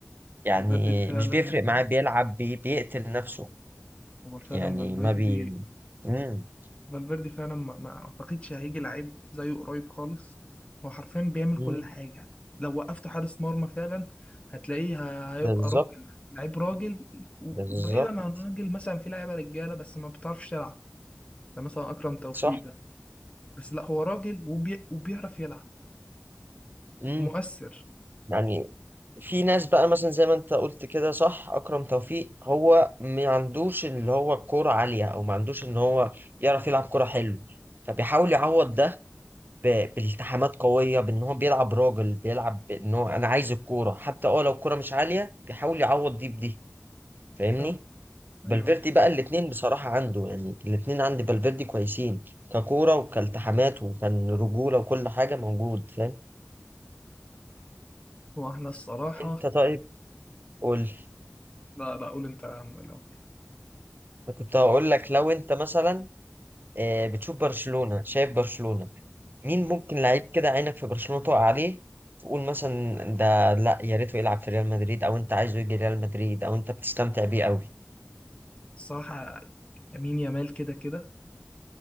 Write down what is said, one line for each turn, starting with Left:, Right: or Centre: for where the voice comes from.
Right: يعني
Left: فالفيردي فعلا
Right: مش بيفرق معاه بيلعب بي بيقتل نفسه
Left: هو فعلا
Right: يعني
Left: فالفيردي
Right: ما بي مم.
Left: فالفيردي فعلا ما, ما اعتقدش هيجي لعيب زيه قريب خالص هو حرفيا بيعمل
Right: مم.
Left: كل حاجه لو وقفت حارس مرمى فعلا هتلاقيه ه- هيبقى
Right: بالظبط
Left: راجل لعيب راجل و-
Right: بالظبط
Left: وبعيدا عن راجل مثلا في لعيبه رجاله بس ما بتعرفش تلعب زي مثلا أكرم توفيق
Right: صح
Left: ده بس لا هو راجل وبي... وبيعرف يلعب
Right: مم.
Left: ومؤثر
Right: يعني في ناس بقى مثلا زي ما انت قلت كده صح اكرم توفيق هو ما عندوش اللي هو الكوره عاليه او ما عندوش ان هو يعرف يلعب كوره حلو فبيحاول يعوض ده ب- بالتحامات قويه بان هو بيلعب راجل بيلعب ان هو انا عايز الكوره حتى اه لو الكوره مش عاليه بيحاول يعوض دي بدي فاهمني
Left: فاهم؟
Right: فالفيردي
Left: أيوه
Right: بقى الاتنين بصراحه عنده يعني الاتنين عند فالفيردي كويسين ككوره وكالتحامات وكان رجوله وكل حاجه موجود فاهم
Left: هو احنا الصراحة
Right: انت طيب قول
Left: لا لا قول أنت يا عم الأول
Right: كنت هقول لك لو انت مثلا آه، بتشوف برشلونة شايف برشلونة مين ممكن لعيب كده عينك في برشلونة تقع عليه تقول مثلا ده لا يا ريته يلعب في ريال مدريد او انت عايزه يجي ريال مدريد او انت بتستمتع بيه قوي
Left: الصراحة لامين يامال كده كده